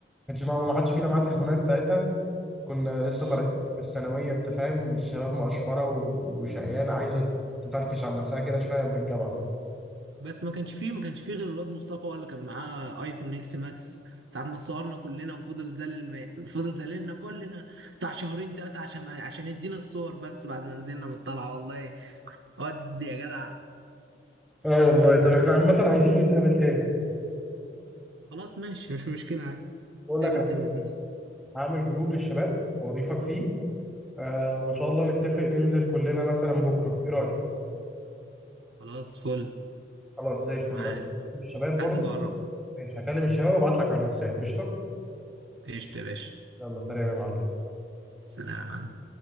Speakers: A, in the centre; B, on the right.
A: كانش معاه وما حدش فينا معاه تليفونات ساعتها كنا لسه
B: اه
A: طالعين من الثانويه انت فاهم الشباب مقشفره و- وشقيانه عايزه تفرفش عن نفسها كده شويه قبل الجامعه
B: بس ما كانش فيه ما كانش فيه غير الواد مصطفى هو اللي كان معاه ايفون اكس ماكس ساعة ما صورنا كلنا وفضل زلل ما... فضل زللنا كلنا بتاع شهرين ثلاثة عشان عشان يدينا الصور بس بعد ما نزلنا من الطلعة والله ود يا جدع
A: اه والله طب احنا عامه عايزين نتقابل تاني
B: خلاص ماشي مش مشكلة عادي
A: بقول
B: تقابل
A: لك انا
B: تلفزيون
A: هعمل جروب للشباب واضيفك فيه آه وان شاء الله نتفق ننزل كلنا مثلا بكره ايه رايك
B: خلاص فل
A: خلاص زي الفل
B: معاك
A: الشباب برضه
B: حدد وعرفني
A: ماشي هكلم الشباب وابعت لك على الواتساب قشطه
B: قشطة يا باشا
A: يلا سلام يا معلم
B: سلام